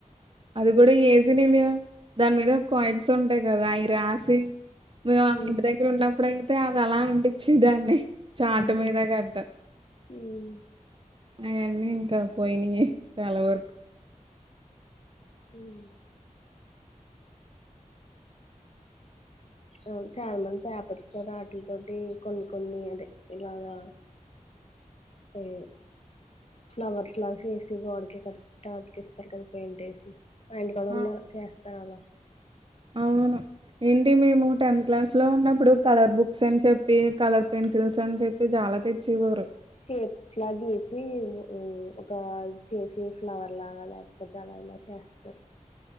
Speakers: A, on the right (about 40°); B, on the left (about 50°).
A: అది కూడా ఏజినడి దాని మీద కాయిన్స్ ఉంటాయి కదా అవి రాసి. మేము ఆ
B: ఉమ్
A: ఇంటి దగ్గర ఉన్నప్పుడు అయితే అది అలా అంటించి దాన్ని చాటు
B: ఉహుమ్
A: మీద గట్టు.
B: ఉమ్.
A: అయన్నీ ఇంకా పోయినయే చాలా వరకు.
B: ఉమ్. ఆహ్ చాలామంది పేపర్స్ తోటి ఆటల తోటి కొన్ని కొన్ని అదే ఇలాగా ఏయ్. ఫ్లవర్స్ లాగా చేసి గోడకు ఇట్లా అతికిస్తారు కదా పెయింటేసి. మా ఇంటి కాడా ఉన్నాగ
A: ఆ
B: చేస్తా అలా.
A: అవును ఏంటి మేము టెన్త్ క్లాస్ లో ఉన్నప్పుడు కలర్ బుక్స్ అని చెప్పి కలర్. పెన్సిల్స్ అని చెప్పి చాలా తెచ్చేవారు.
B: షేప్స్ లా గీసి ఉమ్ ఒక ఇది చేసి ఫ్లవర్ లాగా లేకపోతే అలాగ. లా చేస్తారు.